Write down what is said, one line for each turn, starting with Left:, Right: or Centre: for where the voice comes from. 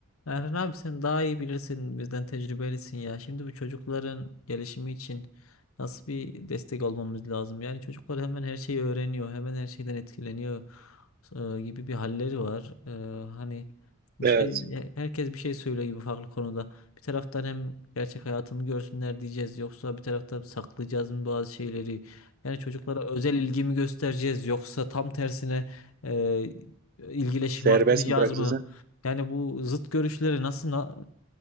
Left: Erhan abi sen daha iyi bilirsin bizden tecrübelisin ya. Şimdi bu çocukların gelişimi için nasıl bir destek olmamız lazım? Yani çocuklar hemen her şeyi öğreniyor, hemen her şeyden etkileniyor e, gibi bir halleri var. E, hani bir
Right: Evet.
Left: şey e, herkes bir şey söylüyor gibi farklı konuda. Bir taraftan hem gerçek hayatımı görsünler diyeceğiz yoksa bir taraftan saklayacağız mı bazı şeyleri? Yani çocuklara özel ilgimi göstereceğiz yoksa tam tersine e, ilgiyle şımartmayacağız
Right: Serbest mi bırakacaksın?
Left: mı? Yani bu zıt görüşleri nasıl na-